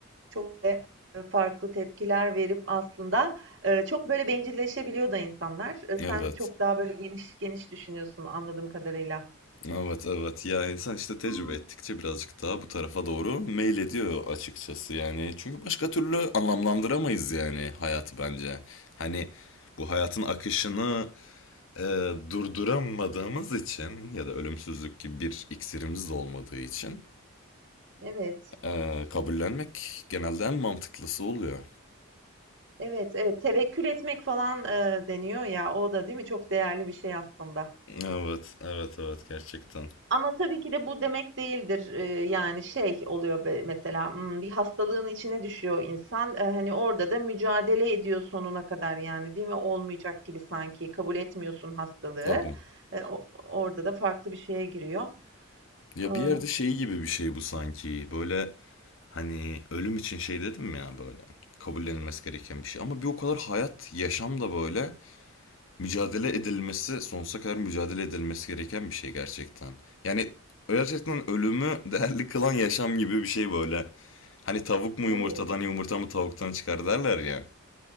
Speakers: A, on the right; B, on the left.
A: çok e, farklı tepkiler verip aslında e, çok böyle bencilleşebiliyor da insanlar. E,
B: Evet.
A: sen çok daha böyle geniş geniş düşünüyorsun anladığım kadarıyla.
B: Evet evet ya insan işte tecrübe
A: Hmm.
B: ettikçe birazcık daha bu tarafa doğru meyil ediyor açıkçası yani. Çünkü başka türlü anlamlandıramayız yani hayatı bence. Hani bu hayatın akışını e, durduramadığımız için ya da ölümsüzlük gibi bir iksirimiz de olmadığı için
A: Evet,
B: e, kabullenmek genelde en mantıklısı oluyor.
A: evet, evet. Tevekkül etmek falan e, deniyor ya. O da değil mi? Çok değerli bir şey aslında.
B: Evet, evet, evet gerçekten.
A: Ama tabii ki de bu demek değildir. Eee, yani şey oluyor be- mesela hmm, bir hastalığın içine düşüyor insan. Eh, hani orada da mücadele ediyor sonuna kadar yani değil mi? Olmayacak gibi sanki kabul etmiyorsun hastalığı.
B: Tabii.
A: Eh, o- orada da farklı bir şeye giriyor.
B: Ya
A: Ah,
B: bir yerde şey gibi bir şey bu sanki. Böyle hani ölüm için şey dedim ya böyle. Kabullenilmesi gereken bir şey. Ama bir o kadar hayat, yaşam da böyle. mücadele edilmesi, sonsuza kadar mücadele edilmesi gereken bir şey gerçekten. Yani gerçekten ölümü <laughs> değerli kılan yaşam gibi bir şey böyle. Hani tavuk mu
A: evet,
B: yumurtadan, yumurta mı tavuktan çıkar derler ya.